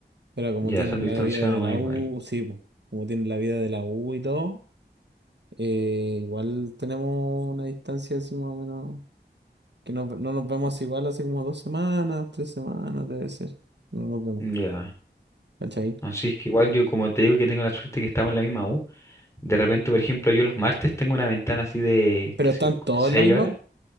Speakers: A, on the right; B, on the left.
A: Pero como
B: ya,
A: tienen
B: se han distanciado
A: la vida de
B: más
A: la
B: igual.
A: U, sí, pues, como tienen la vida de la U y todo, eh, igual tenemos una distancia así más o menos que no, no nos vemos igual hace como dos semanas, tres semanas, debe ser. No nos vemos,
B: Ya.
A: ¿cachai?
B: Así es que igual yo como te digo que tengo la suerte que estamos en la misma U, de repente, por ejemplo, yo los martes tengo una ventana así de,
A: Pero
B: qué sé
A: están
B: yo,
A: todos
B: seis
A: en la misma.
B: horas.